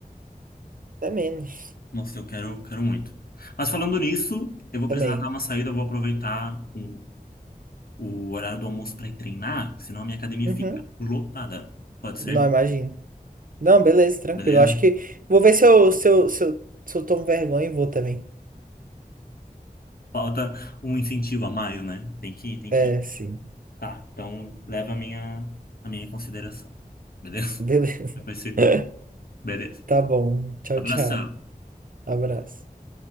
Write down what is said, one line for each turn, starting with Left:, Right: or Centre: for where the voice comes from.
Right: Até menos
Left: Nossa, eu quero, quero muito. Mas falando nisso, eu vou
Right: também.
Left: precisar dar uma saída, eu vou aproveitar o, o horário do almoço para ir treinar, senão a minha academia
Right: Uhum.
Left: fica lotada. Pode
Right: Não
Left: ser?
Right: imagino. Não, beleza, tranquilo.
Left: Beleza?
Right: Eu Acho que vou ver se eu, se eu, se eu, se eu tomo vergonha e vou também.
Left: Falta um incentivo a mais, né? Tem que ir, tem
Right: É,
Left: que ir.
Right: sim.
Left: Tá, então leva a minha, a minha em consideração. Beleza?
Right: Beleza.
Left: Depois você.
Right: <laughs>
Left: Beleza.
Right: Tá bom. Tchau,
Left: Abração.
Right: tchau. Abraço.